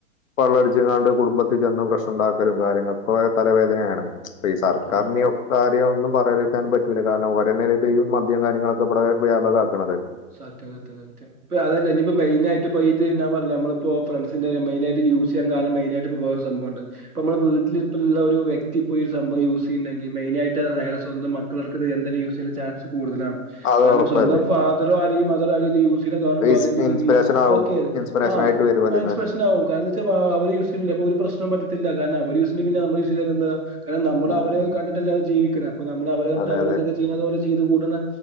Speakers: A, on the left (about 60°); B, on the right (about 90°).
A: വള്ളട്ച്ചാണ്ട് കുടുംബത്ത് ചെന്ന് പ്രശ്നം ഇണ്ടാക്കെലും കാര്യങ്ങെളും ഒക്കെ <unintelligible> തലവേദനയെണ് ഇപ്പ ഈ സർക്കാരിന്
B: ആ
A: ഒക്കെ കാര്യം ഒന്നും പറയാതിരിക്കാനും പറ്റുലല്ലോ കാരണം ഓരെന്നെയാണ് ഇപ്പ ഈ മദ്യം കാര്യങ്ങളൊക്കെ ഇബെടെ വ്യാപകാക്ക്ണെത്
B: സത്യം സത്യം സത്യം ഇപ്പ അത് അല്ലെയ് ഇഞ്ഞ് ഇപ്പം മെയിനായിട്ട് ഇപ്പ ഇത് നാം പർണിലെ നമ്മളിപ്പോ ഫ്രണ്ട്സിന്റെ മെയിനായിട്ട് യൂസ് ചെയ്യാൻ കാരണം മെയിനായിട്ട് ഇപ്പം വെറെ ഒര് സംഭവവുണ്ട് ഇപ്പ അമ്മെളെ വീട്ട്ൽ ഇപ്പ ഇള്ള ഒരു വ്യക്തി ഇപ്പ ഈ ഒര് സംഭവം യൂസ് സ് ചെയ്യ്ണ്ടെങ്കി മെയിനായിട്ട് അയാളെ സ്വന്തം മക്കെൾ അടക്കം ഇത് എന്തായാലും യൂസ് ചെയ്യാന് ഇള്ള ചാൻസ് കൂട്തെലാണ്
A: അത്
B: കാരണം
A: ഉറപ്പല്ലേ
B: സ്വന്തം ഫാദറോ അല്ലെങ്കി മദറോ ആരെലും ഇത് യൂസ് ണെ കാണുമ്പോ
A: ഈ
B: അവരെന്ത് തിങ്ക്
A: ഇൻസ്പിറേഷൻ
B: ചെയ്യും
A: ആവും
B: ഓക്കെ
A: ഇൻസ്പിറേഷൻ
B: ആ
A: ആയിട്ട് വരും അതിന്ന്
B: ആ ഇൻസ്പിരേഷെൻ ആവും കാരണം എന്ത് വെച്ചാ അവെര് യൂസ് ചെയ്യ്ണ് ഇല്ലെ അപ്പൊ ഒരു പ്രശ്നം പറ്റത്തില്ല കാരണം അവെര് യൂസ് ചെയ്യ്ണ്ടെങ്കി പിന്നെ നമ്മെൾ യൂസ് ചെയ്യ്താ എന്താ കാരണം നമ്മെൾ
A: ഉം
B: അവരെ
A: ഉം
B: ഒക്കെ കണ്ടിട്ട് അല്ലെ ജീവിക്ക്ണെ അപ്പ നമ്മെൾ അവരെ കണ്ടിട്ട്
A: അതെ
B: അവെര്
A: അതെ
B: എന്തൊക്കെ ചെയ്യ്ണെ അതുപോലെ ചെയ്ത് കൂട്ട്ന്നെ